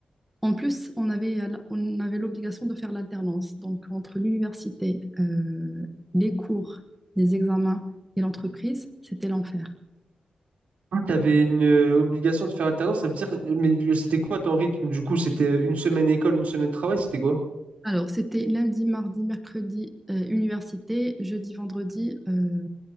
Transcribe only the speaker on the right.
Ah, T'avais une euh, obligation de faire alternance, ça veut dire, mais le- c'était quoi ton rythme? Du coup, c'était euh, une semaine école, une semaine travail, c'était quoi?